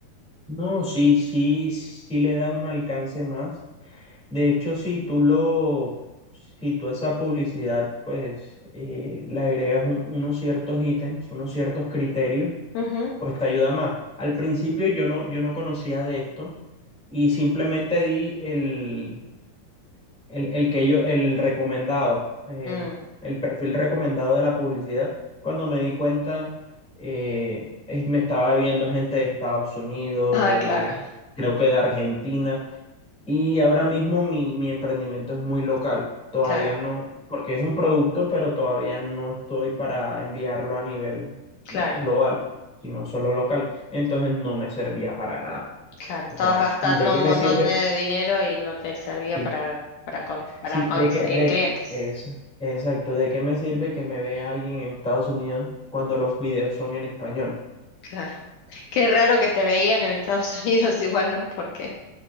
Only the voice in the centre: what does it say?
No, sí, sí, sí le da un alcance más. De hecho, si tú lo, si tú esa publicidad, pues eh, le agregas un- unos ciertos ítems, unos ciertos criterios,
pues te ayuda más. Al principio yo no, yo no conocía de esto y simplemente di el, el, el que yo, el recomendado, eh,
el perfil recomendado de la publicidad. Cuando me di cuenta, eh, es- me estaba viendo gente de Estados Unidos,
de,
creo que de Argentina. Y ahora mismo mi, mi emprendimiento es muy local. Todavía
no, porque es un producto, pero todavía no estoy para enviarlo a nivel
global, sino solo local. Entonces no me servía para nada.
O sea,
¿de qué
me
sirve?
Sí,
sí,
de qué, de,
es, exacto, ¿de qué me sirve que me vea alguien en Estados Unidos cuando los videos son en español?